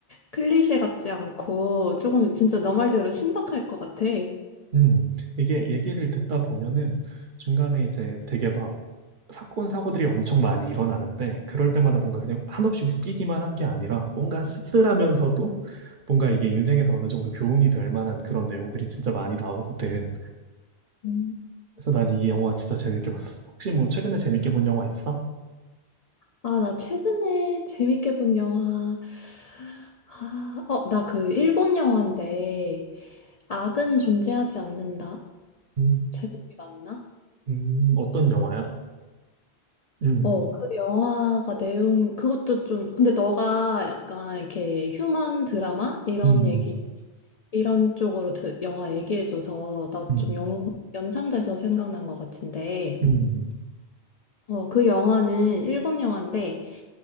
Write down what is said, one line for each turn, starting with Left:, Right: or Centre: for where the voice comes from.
Left: 클리셰 같지 않고 조금 진짜 너 말대로 신박할 것 같아.
Right: 음, 이게 얘기를 듣다 보면은 중간에 이제 되게 막 사건, 사고들이 엄청 많이 일어나는데 그럴 때마다 뭔가 그냥 한없이 웃기기만 한게 아니라 뭔가 씁쓸하면서도 뭔가 이게 인생에서 어느 정도 교훈이 될 만한 그런 내용들이 진짜 많이 나오거든.
Left: 음.
Right: 그래서 난 이 영화 진짜 재밌게 봤었어. 혹시 뭐 최근에 재밌게 본 영화 있어?
Left: 아, 나 최근에 재밌게 본 영화. 아, 어, 나 그 일본 영화인데, 악은 존재하지 않는다.
Right: 음,
Left: 제목이 맞나?
Right: 음, 어떤 영화야? 음,
Left: 어, 그 영화가 내용, 그것도 좀, 근데 너가 약간 이렇게 휴먼 드라마? 이런
Right: 음,
Left: 얘기, 이런 쪽으로 드, 영화 얘기해줘서 나
Right: 음,
Left: 좀 연, 연상돼서 생각난 것 같은데,
Right: 음,
Left: 어, 그 영화는 일본 영화인데,